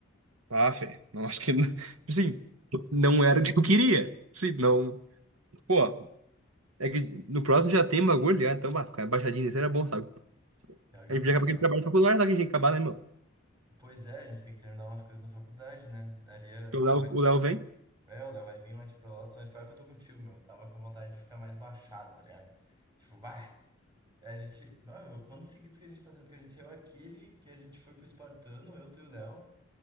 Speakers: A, on the right; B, on the right.
A: Ah, Fê, não acho que. <laughs> sim não era o que eu queria. sim não. Pô, é que no próximo já tem bagulho, ligado? Então, bah, ficar baixadinho nesse era bom, sabe?
B: Pior que
A: A
B: eu
A: gente
B: também
A: já acaba aquele
B: tava.
A: trabalho faculdade lá que a gente tem que acabar, né, mano?
B: Pois é, a gente tem que terminar umas coisas na faculdade, né? Daria.
A: Porque o Léo, o Léo vem.
B: É, o Léo vai vir lá de Pelotas, mas pior que eu tô contigo, meu. Tava com vontade de ficar mais baixado, tá ligado? Tipo, bah. A gente. Mano, quantos seguidos que a gente tá tendo? Porque a gente saiu aquele que a gente foi pro Espartano, eu, tu e o Léo.